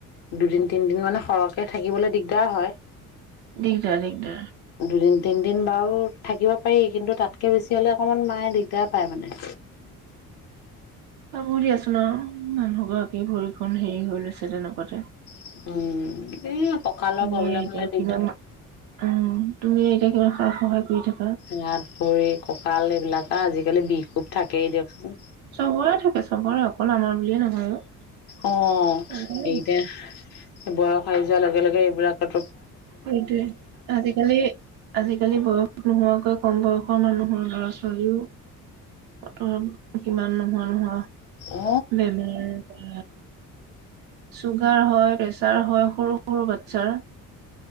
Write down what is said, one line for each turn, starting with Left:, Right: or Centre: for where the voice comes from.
Left: দুদিন তিনদিন মানে সৰহকে থাকিবলৈ দিগ দিগদাৰ হয়।
Right: দিগদাৰ, দিগদাৰ।
Left: দুদিন তিনদিন বাৰু থাকিব পাৰি কিন্তু তাতকে বেছি হ'লে অকমান মায়ে দিগদাৰ পায় মানে।
Right: পাব দিয়াছোন আও। মানুহ গৰাকী ভৰি খন হেৰি হৈ লৈছ যেনে নপতে
Left: উম। এ কঁকালৰ
Right: তুমিয়ে
Left: প্ৰব্লেম
Right: এতিয়া
Left: হলে দিগদাৰ
Right: কিমান উম, তুমি এতিয়া কিমান খ সহায় কৰি থাক
Left: ৰাপ ভৰি, কঁকাল এইবিলাক আৰু আজিকালি বিষ কোব থাকেই দিয়কচোন।
Right: চবৰে থাকে, চবৰে। অকল আমাৰ বুলিয়ে নহয় অ'।
Left: অ',
Right: চবৰে
Left: এইতিয়া
Right: আছে।
Left: বয়স আহাৰি যোৱাৰ লগে লগে এইবিলাকতো
Right: সেইটোৱেই। আজিকালি, আজিকালি বয়স নোহোৱাকৈ কম বয়সৰ মানুহৰ ল'ৰা-ছোৱালীও ক'ত কিমান নোহোৱা, নোহোৱা
Left: অ
Right: বেমাৰ বা! চুগাৰ হয়, প্ৰেচা তাৰ হয়, সৰু, সৰু বাচ্ছাৰ।